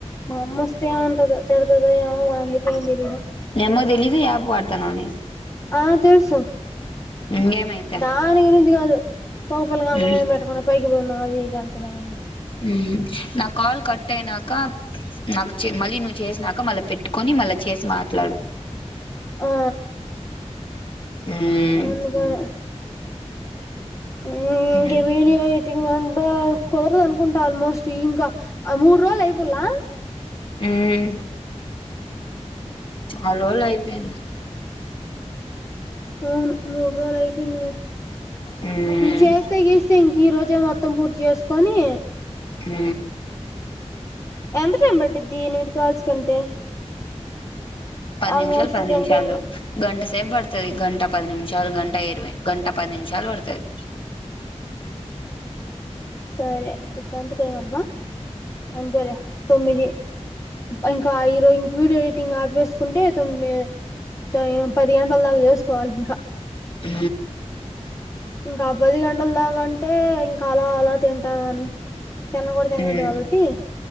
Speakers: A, on the left; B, on the left.
A: మా అమ్మ వస్తుంది <unintelligible> ఉంట తిడతదో ఏమో నాకైతే ఏం తెలీదు
B: మీ అమ్మకు తెలిదు యాప్ వాడతానవని
A: ఆ తెలుసు
B: ఇంకేమైతే
A: దాని గురించి కాదు పాపల్కి అన్నమేం
B: మ్మ్
A: పెట్టకుండా పైకి పోయిన్నావ్ అది ఇది అంట దేమో అని
B: అ నా కాల్ కట్టయినాక నాకు మళ్ళీ నువ్వు చేసినాక మళ్ళీ పెట్టుకొని మళ్ళా చేసి మాట్లాడు
A: ఆ
B: మ్మ్
A: అందుకని ఊ ఇంక
B: మ్మ్
A: వీడియో ఎడిటింగ్ ఎడిటింగ్ అంటే కుదరదు అనుకుంటా ఆల్మోస్ట్ ఇంకా మూడు రోజులు అయిపోలా
B: హ చాల రోజులు అయిపోయింది
A: అవును మూడు రోజులు అయిపోయింది మే
B: ఉమ్
A: చేస్తె గీస్తే ఇంకా ఈ రోజు విద్య మొత్తం పూర్తి చేసుకొని
B: ఆ
A: ఎంత టైం పట్టిది ఎనిమిది కాల్స్ కంటే
B: పది
A: ఆల్మోస్ట్
B: నిమిషాలు పది
A: టెన్
B: నిమిషాలు
A: టెన్
B: గంటసేపు పడుతది గంటా పది నిమిషాలు గంటా ఇరవై గంటా పది నిమిషాలు పడుతది
A: సరే ఇప్పుడెంత టైంఅబ్బ అంతేలేే తొమ్మిది ఇంకా ఈరోజు ఇంక వీడియో ఎడిటింగ్ ఆపేసుకుంటే తొమ్మిది పది గంటల దాకా చేసుకోవాలి ఇంకా
B: ఆ
A: ఇంకా పది గంటల దాగంటే ఇంకా అలా అలా తింటా కాని నన్న కూడా తినదు
B: ఉమ్
A: కాదట్టి